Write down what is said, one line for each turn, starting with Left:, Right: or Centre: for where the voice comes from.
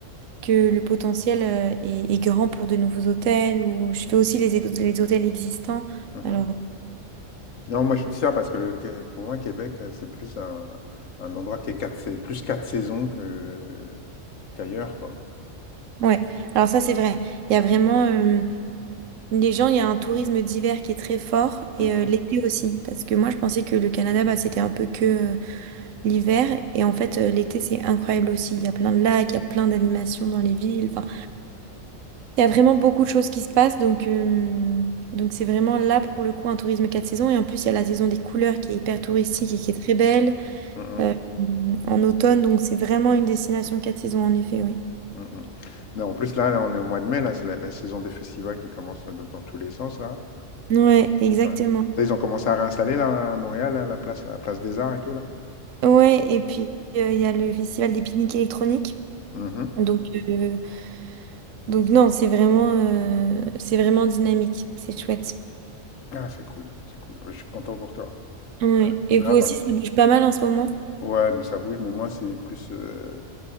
Right: que le potentiel euh, est, est grand pour de nouveaux hôtels ou je fais aussi les, hé- les hôtels existants.
Left: mhm.
Right: Alors,
Left: Non, moi je dis ça parce que le, Qué- pour moi, Québec, euh, c'est plus un, un endroit qui est quatre, c'est plus quatre saisons que qu'ailleurs, quoi.
Right: ouais, alors ça c'est vrai. Il y a vraiment euh, les gens, il y a un tourisme d'hiver qui est très fort
Left: Mhm,
Right: et euh, l'été aussi. Parce que moi je pensais que le Canada, bah, c'était un peu que euh, l'hiver et en fait euh, l'été c'est incroyable aussi. Il y a plein de lacs, il y a plein d'animations dans les villes. Enfin, Il y a vraiment beaucoup de choses qui se passent, donc euh, donc c'est vraiment là pour le coup un tourisme quatre saisons. Et en plus, il y a la saison des couleurs qui est hyper touristique et qui est très belle
Left: mhm,
Right: euh, en automne, donc c'est vraiment une destination quatre saisons en effet, oui.
Left: mhm. Non, en plus là, là, on est au mois de mai, là, c'est la, la saison des festivals qui commence là, dans tous les sens là.
Right: Ouais, exactement.
Left: Ouais. Ça, ils ont commencé à réinstaller là, à Montréal, là, la place, la place des Arts et tout là.
Right: Ouais, et puis euh, il y a le festival des pique-niques électroniques.
Left: Mhm.
Right: Donc euh, donc non, c'est vraiment euh, c'est vraiment dynamique, c'est chouette.
Left: Ah, c'est cool, c'est cool. Je suis content pour toi.
Right: Ouais. Et
Left: Là,
Right: vous aussi,
Left: par-
Right: ça bouge pas mal en ce moment?
Left: ouais, mais ça bouge, mais moi, c'est plus. euh,